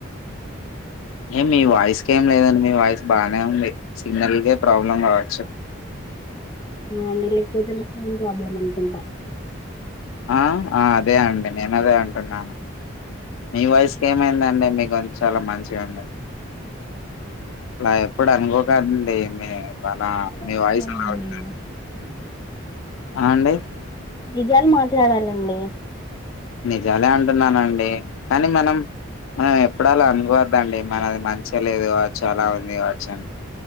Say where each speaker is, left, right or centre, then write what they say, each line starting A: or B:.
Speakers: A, on the left; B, on the left.
A: హే మీ వాయిస్ ఇకేం లేదండి మీ వాయిస్ బానే ఉంది సిగ్నల్దే ప్రాబ్లం కావచ్చు
B: అవునండి లేకపోతే నెట్వర్క్ ప్రాబ్లం అనుకుంటా
A: ఆ ఆ అదే అండి నేను అదే అంటున్నాను మీ వయస్కి ఏమైందండి మీకు గొంతు చాలా మంచిగా ఉందండి
B: మ్మ్మ్మ్
A: అలా ఎప్పుడు అనుకోకదండి మీరు అలా
B: నిజాలు
A: మీ
B: చెప్పాలండి
A: వాయిస్ అలా ఉంది అని ఆ అండి
B: నిజాలు మాట్లాడాలండి
A: నిజాలే అంటున్నానండి కానీ మనం మనం ఎప్పుడలా అనుకోవద్ద అండి మనది మంచిగా లేదు కావ్వచ్చు అలా ఉంది కావచ్చు అని